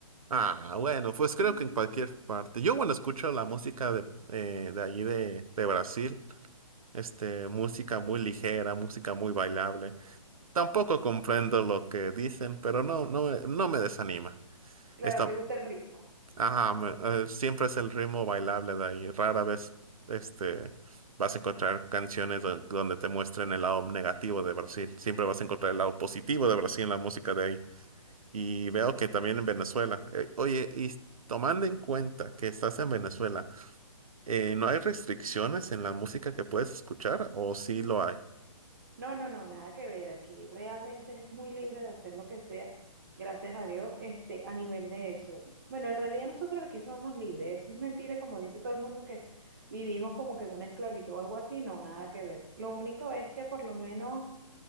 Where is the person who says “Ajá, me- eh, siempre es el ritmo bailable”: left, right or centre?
Right